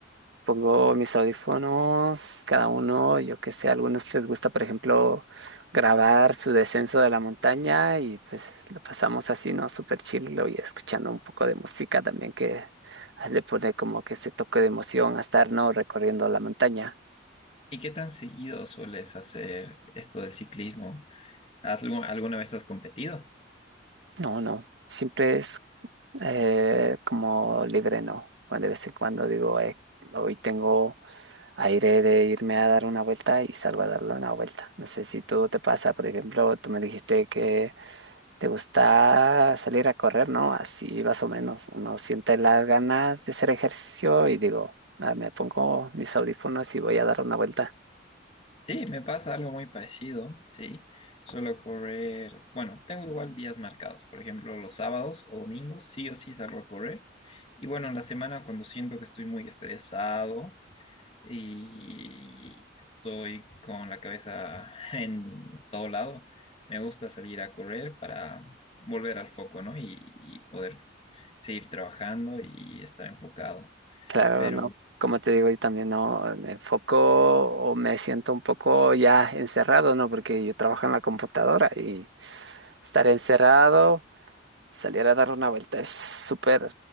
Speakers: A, on the right; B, on the left.
A: pongo mis audífonos, cada uno, yo qué sé, a algunos les gusta, por ejemplo, grabar su descenso de la montaña y pues lo pasamos así, ¿no? Súper chill y escuchando un poco de música también que le pone como que ese toque de emoción a estar, ¿no? Recorriendo la montaña.
B: ¿Y qué tan seguido sueles hacer esto del ciclismo? ¿Has algu- alguna vez has competido?
A: No, no. Siempre es Eh, como libre no. Cuando de vez en cuando digo, "Eh, hoy tengo aire de irme a dar una vuelta y salgo a darle una vuelta. No sé si tú te pasa, por ejemplo, tú me dijiste que te gusta salir a correr, ¿no? Así más o menos. Uno siente las ganas de hacer ejercicio y digo, "Ah, me pongo mis audífonos y voy a dar una vuelta.
B: Sí, me pasa algo muy parecido, sí. Suelo correr, bueno, tengo igual días marcados, por ejemplo, los sábados o domingos, sí o sí salgo a correr. Y bueno, en la semana cuando siento que estoy muy estresado y estoy con la cabeza <laughs> en todo lado, me gusta salir a correr para volver al foco, ¿no? Y, y poder seguir trabajando y estar enfocado.
A: Claro,
B: Pero
A: no. Como te digo, yo también no me enfoco o me siento un poco ya encerrado, ¿no? Porque yo trabajo en la computadora y estar encerrado, salir a dar una vuelta es súper